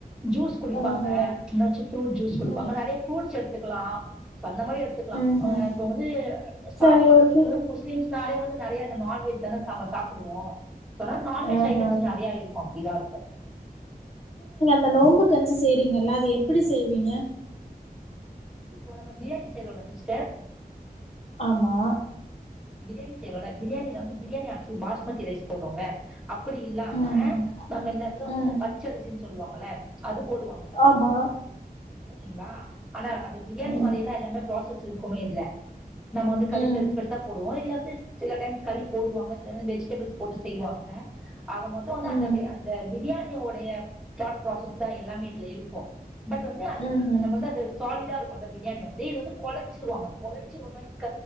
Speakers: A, in the centre; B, on the left.
A: ஜூஸ் குடிப்பாங்க
B: ஆஹ
A: என்னாச்சு ஃப்ரூட் ஜூஸ் குடுப்பாங்க
B: ம்
A: நெறைய ஃப்ரூட்ஸ் எடுத்துக்கலா காய் எடுத்துக்கலா
B: ம்ஹும்
A: ஆ இப்ப வந்து சாப்படறதுங்றது
B: சரி ஓகே
A: முஸ்லிம்ஸ்னாலே நெறைய அந்த நான்வெஜ் தான நாங்க சாப்புடுவோ சொன்னா நான்வெஜ்
B: ஆஹ
A: ஐட்டம்ஸ் நெறையா இருக்கு அப்டிதா இருக்கு
B: இந்த நோம்பு கஞ்சி செய்றிங்கல்ல அத எப்டி செய்விங்க
A: இப்போ நம்ப பிரியாணி செய்றோல சிஸ்டர்
B: ஆமா
A: பிரியாணி செய்றோல பிரியாணில வந்து பிரியாணி அரிசி பாஸ்மதி ரைஸ் போட்றோல்ல அப்பிடி இல்லாம
B: ம்
A: நம்ம இந்த எடத்துல வந்து
B: ம்
A: இந்த பச்சரிசின் சொல்வாங்கல அது போடுவாங்க
B: அமா
A: ஓகேங்ளா ஆனா அது பிரியாணி
B: ம்
A: மாரியேதா எல்லாமே ப்ராசஸ் இருக்குமே இதுல நம்ம வந்து கறி
B: ம்
A: பெருசு பெருசா போடுவோ இதுல வந்து சில டைம்ஸ் கறி போடுவாங்க சில டைம் வெஜிடெபிள்ஸ் போட்டு செய்வாங்க ஆக மொத்த வந்து
B: ம்
A: அந்த அந்த பிரியாணியோடைய தாட் ப்ராசஸ்தா எல்லாமே இதுல இருக்கு பட் வந்து அது
B: ம்ஹும்
A: லி நம்ம வந்து அது சாலிடா கொண்ட பிரியாணி வந்து இது வந்து கொலைச்சிருவாங்க கொலைச்சி ஒரு மாரி